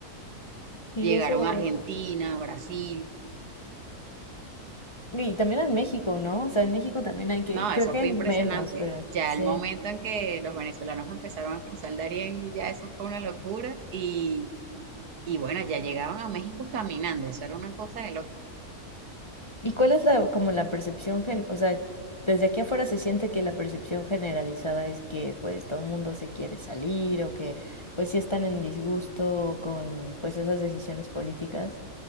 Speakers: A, on the left; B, on the right.
A: Sí,
B: Llegaron
A: eso.
B: a Argentina, Brasil,
A: Y también en México, ¿no? O sea, en México también hay que,
B: No, eso
A: creo que
B: fue
A: hay
B: impresionante.
A: menos, pero
B: Ya
A: sí.
B: el momento en que los venezolanos empezaron a cruzar el Darién, ya eso fue una locura. Y, y bueno, ya llegaban a México caminando, eso era una cosa de loco.
A: ¿Y cuál es la, como la percepción gen, o sea, desde aquí afuera se siente que la percepción generalizada es que pues todo el mundo se quiere salir o que pues sí están en disgusto con pues esas decisiones políticas,